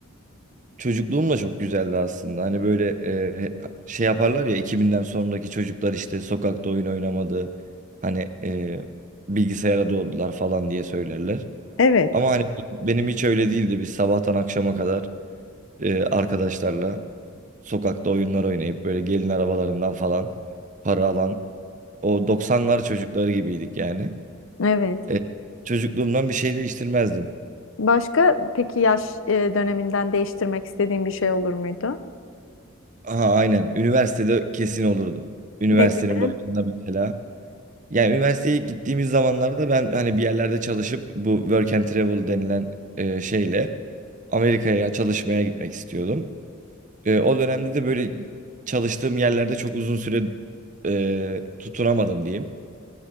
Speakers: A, on the right (about 35°); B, on the left (about 65°).
A: Çocukluğum da çok güzeldi aslında. Hani böyle e, şey yaparlar ya 2000'den sonraki çocuklar işte sokakta oyun oynamadı. Hani e, bilgisayara doğdular falan diye söylerler.
B: Evet.
A: Ama hani benim hiç öyle değildi. Biz sabahtan akşama kadar e, arkadaşlarla Sokakta oyunlar oynayıp böyle gelin arabalarından falan para alan o doksanlar çocukları gibiydik yani.
B: Evet.
A: E, çocukluğumdan bir şey değiştirmezdim.
B: Başka peki yaş e, döneminden değiştirmek istediğin bir şey olur muydu?
A: Aha aynen. Üniversitede kesin olurdu. Üniversitenin
B: Ne gibi?
A: başında mesela. Yani üniversiteye ilk gittiğimiz zamanlarda ben hani bir yerlerde çalışıp bu work and travel denilen e, şeyle Amerika'ya çalışmaya gitmek istiyordum. E, o dönemde de böyle çalıştığım yerlerde çok uzun süre e, tutunamadım diyeyim.